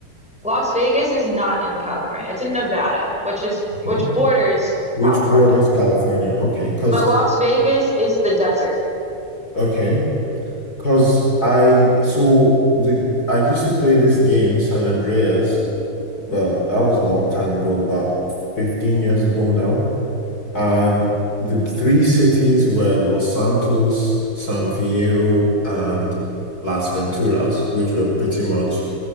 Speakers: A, in the centre; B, on the left.
A: Las Vegas is not in California. It's in Nevada, which is
B: Okay.
A: which borders
B: Which
A: California.
B: borders California? Okay, cause
A: But Las Vegas is the desert.
B: okay, cause I so the I used to play this game, San Andreas. Well, that was a long time ago, about 15 years ago now. And the three cities were Los Santos, San Fierro, and Las Venturas, which were pretty much